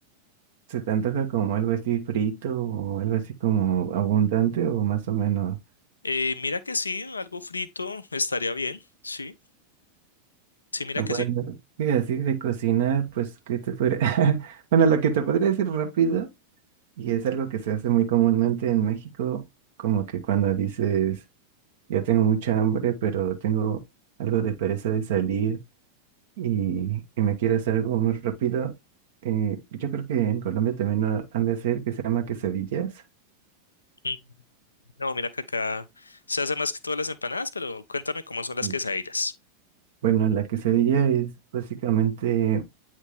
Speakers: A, on the right; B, on the left.
A: ¿Se te antoja como algo así frito o algo así como abundante o más o menos?
B: Eh, mira que sí, algo frito estaría bien, sí, sí, mira
A: No,
B: que
A: Bueno,
B: sí.
A: y así de cocinar, pues, ¿qué te podría...? <laughs> Bueno, lo que te podría decir rápido, y es algo que se hace muy comúnmente en México, como que cuando dices, ya tengo mucha hambre, pero tengo algo de pereza de salir, y, y me quiere hacer algo muy rápido. eh, yo creo que en Colombia también ha- han de hacer que se llama quesadillas.
B: Mm, No, mira que acá se hace más que todas las empanadas, pero cuéntame cómo son las
A: Mm.
B: quesadillas.
A: Bueno, la quesadilla es básicamente